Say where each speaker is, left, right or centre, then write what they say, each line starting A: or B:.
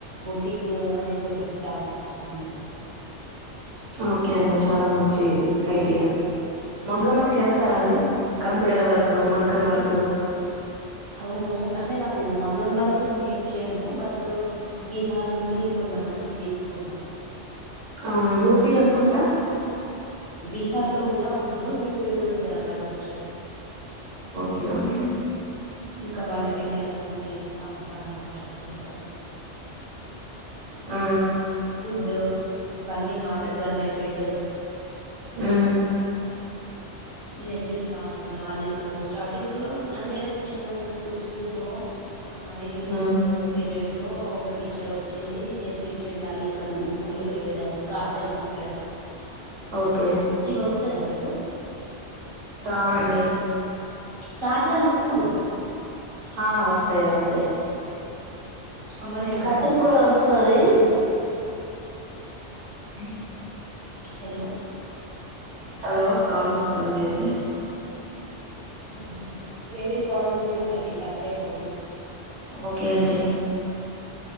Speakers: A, on the right; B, on the right.
A: బొటిక్ అనేది ఒకటి స్టార్ట్ చేశాను బిజినెస్
B: ఓకే అండి చాలా మంచి ఐడియా మగ్గం వర్క్ చేస్తారా అండి కంప్యూటర్ వర్క్ మగ్గం వర్క్ క్
A: అవును అంటే నాకు మగ్గం వర్క్ నేను చేయను బట్ బీహార్ నుండి కొంతమందిని తీసుకున్నాను
B: అవునా యూపి అనుకుంటా
A: బీహార్లో కూడా ఉన్నారు యూపీ కూడా ఇద్దరు అబ్బాయిలు వచ్చారు
B: ఓకే ఓకే
A: ఇంకా వాళ్ళకి నెల నెలా ఇస్తా ఉంటాన్నమాట కొంత
B: ఆ
A: ఫుడ్డు ఇవన్నీ మా దగ్గరనే బెడ్
B: ఆ
A: నేర్పిస్తా ఉంటాను అల్లికలు స్టార్టింగ్ అంటే నేను చిన్నగున్నప్పుడు స్కూల్లో ఆ ఈవినింగ్
B: మ్మ్.
A: పీరియడ్ ట్లో ఒక టీచర్ వచ్చేది నేర్ ర్పించేది అల్లికలు కలు వేయడం కాజాలు కుట్టడం
B: ఓకే
A: ఈవొస్తాయా మి కు
B: రావండి
A: కాజాలు ఉక్కులు
B: హా వస్తాయి వస్తాయి
A: అమ్మ నేర్పారా
B: కటీంగ్ కూడా ఒస్ స్తది స్న్
A: హలో
B: హలో కాల్ వస్తుంది అయితే
A: ఆహ వేరే కాల్ లిఫ్ట్ చేయకండి కట్ టైపోద్ది
B: ఓకే ఆంటి